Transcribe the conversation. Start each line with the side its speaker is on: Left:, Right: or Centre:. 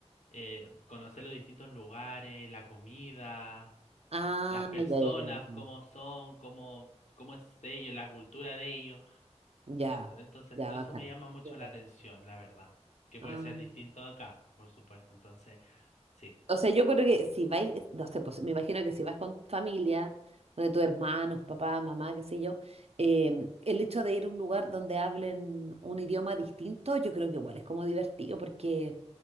Left: eh, conocer los distintos lugares, la comida,
Right: Ah,
Left: las personas,
Right: ya, ya, ya, bacán.
Left: cómo son, cómo, cómo es ellos, la cultura de ellos.
Right: Ya,
Left: Ent- Entonces,
Right: ya,
Left: todo
Right: bacán.
Left: eso me llama mucho
Right: Súper.
Left: la atención, la verdad, que
Right: Ah,
Left: puede ser distinto de acá, por supuesto. Entonces, sí.
Right: O sea, yo creo que si vais, es- no sé, pues me imagino que si vas con familia, de tus hermanos, papá, mamá, qué sé yo, em, el hecho de ir a un lugar donde hablen un idioma distinto, yo creo que igual es como divertido porque